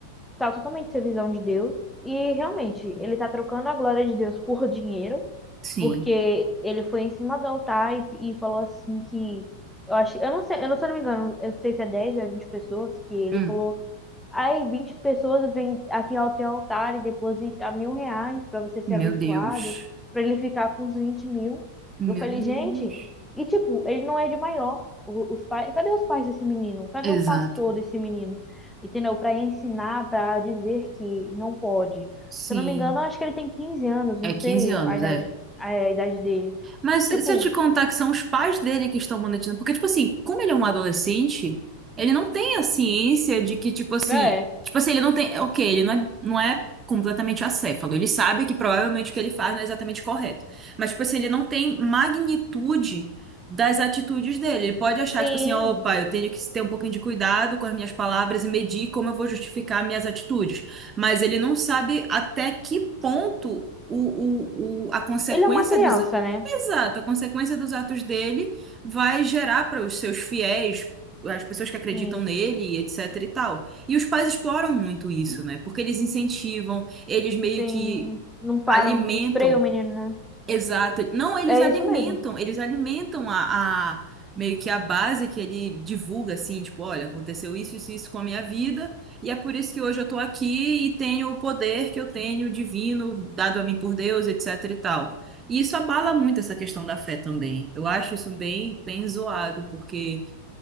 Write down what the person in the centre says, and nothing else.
tá totalmente sem visão de Deus e realmente ele tá trocando a glória de Deus por dinheiro.
porque ele foi em cima do altar e, e falou assim que eu acho, eu não sei, eu não, se eu não me engano, eu não sei se é 10 ou é 20 pessoas que ele
falou Aí 20 pessoas vêm aqui ao teu altar e depositam mil reais para você ser
abençoado,
para ele ficar com os 20 mil.
Eu falei,
gente, e tipo, ele não é de maior. O- Os pais, cadê os pais desse menino? Cadê
o pastor desse menino? Entendeu? Para ensinar, para dizer que não pode.
Se eu não me engano, eu acho que ele tem 15 anos,
não sei
a idade,
a idade dele.
Tipo,
é,
sim.
Ele é uma criança,
né?
Sim,
sim.
Não param,
não freia o menino, né?
É
isso mesmo.